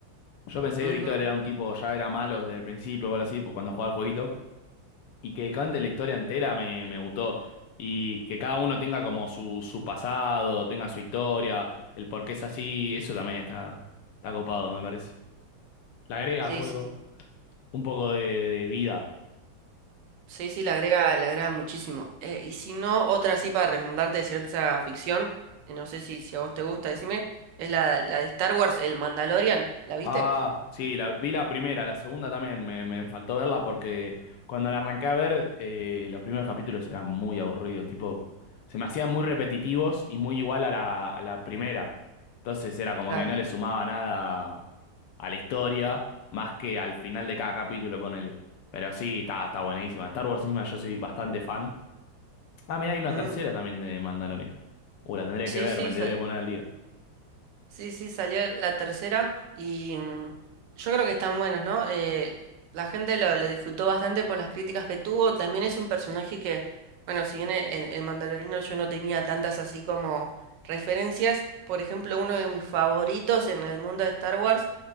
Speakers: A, on the left (about 75°); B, on the right (about 75°).
A: Yo pensé
B: Ujú,
A: que Víctor era un tipo, ya era malo desde el principio o algo así, pues, cuando jugaba el jueguito. y que cante la historia entera me, me gustó. Y que cada uno tenga como su, su pasado, tenga su historia, el por qué es así, eso también está, está copado, me parece. Le agrega
B: Sí,
A: al juego
B: sí, sí.
A: un poco de, de vida.
B: Sí, sí, le agrega, le agrega muchísimo. Eh, y si no, otra así para recomendarte de ciencia ficción, eh, no sé si, si a vos te gusta, decime, es la, la de Star Wars, El Mandalorian. ¿La viste?
A: Ah, sí, la, vi la primera, la segunda también me, me faltó verla porque cuando la arranqué a ver, eh, los primeros capítulos eran muy aburridos, tipo, se me hacían muy repetitivos y muy igual a la, a la primera. Entonces era como
B: Claro,
A: que no
B: sí.
A: le sumaba nada a la historia, más que al final de cada capítulo, ponele. Pero sí, está, está buenísima. Star Wars encima yo soy bastante fan. Ah, mirá, hay una
B: Mm.
A: tercera también de Mandalorian. Uh, la tendré
B: Sí,
A: que ver,
B: sí,
A: me tendré
B: sa-
A: que poner al día.
B: sí, sí, salió la tercera y mm, yo creo que están buenos, ¿no? Eh, la gente lo, lo disfrutó bastante por las críticas que tuvo. También es un personaje que, bueno, si bien en en el Mandaloriano yo no tenía tantas así como referencias, por ejemplo, uno de mis favoritos en el mundo de Star Wars